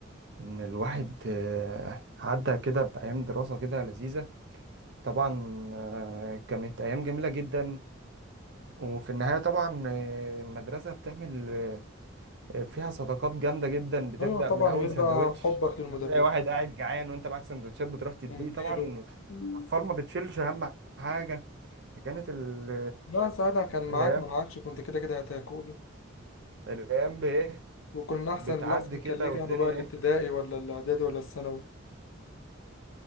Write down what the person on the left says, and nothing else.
أيوة طبعا
غير
بقى حبك للمدرس
ومديله
مم.
لا ساعتها كان معاك
ما معاكش كنت كده كده هتاكل
وكنا أحسن
الأحسن
كان ليه كانوا
بقى الابتدائي
ولا الإعدادي ولا الثانوي